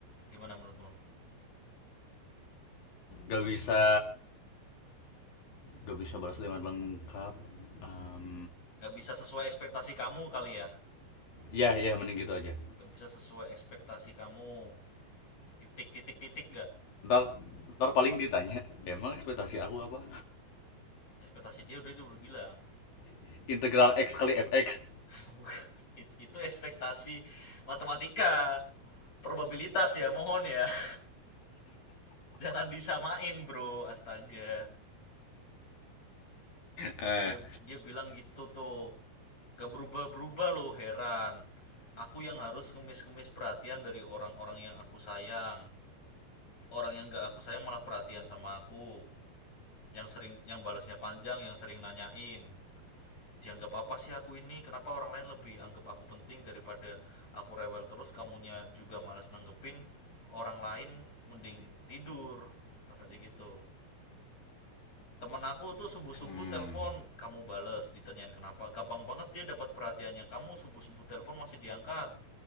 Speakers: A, on the left (about 35°); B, on the left (about 55°).
A: gimana menurutmu
B: gak bisa gak bisa balas dengan lengkap Em,
A: Gak bisa sesuai ekspektasi kamu kali ya
B: ya ya mending gitu aja
A: Gak bisa sesuai ekspektasi kamu titik titik titik gak?
B: ntar ntar paling ditanya emang ekspektasi aku apa
A: ekspektasi dia udah dia udah bilang
B: <laughs> integral x kali fx
A: <laughs> itu ekspektasi matematika probabilitas ya mohon ya <laughs> jangan disamain bro astaga
B: eh
A: dia dia bilang gitu tuh gak berubah-berubah loh heran aku yang harus ngemis-ngemis perhatian dari orang-orang yang aku sayang orang yang gak aku sayang malah perhatian sama aku yang sering yang balasnya panjang yang sering nanyain dianggap apa sih aku ini kenapa orang lain lebih anggap aku penting daripada aku rewel terus kamunya juga malas nanggepin orang lain mending tidur kata dia gitu temen aku tuh subuh subuh
B: Hmm.
A: telepon kamu bales ditanyain kenapa gampang banget dia dapat perhatiannya kamu subuh subuh telepon masih diangkat